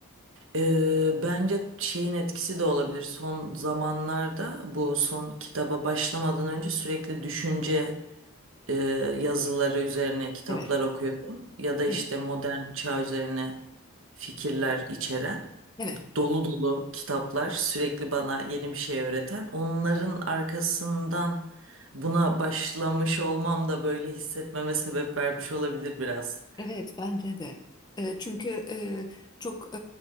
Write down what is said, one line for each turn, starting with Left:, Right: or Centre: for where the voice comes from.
Right: Ee, bence şeyin etkisi de olabilir. Son zamanlarda bu son kitaba başlamadan önce sürekli düşünce e, yazıları üzerine kitaplar
Left: Evet,
Right: okuyordum. Ya da işte
Left: evet,
Right: modern çağ üzerine fikirler içeren
Left: evet,
Right: dolu dolu kitaplar sürekli bana yeni bir şey öğreten. Onların arkasından buna başlamış olmam da böyle hissetmeme sebep vermiş olabilir biraz.
Left: evet bence de. E, Çünkü e, çok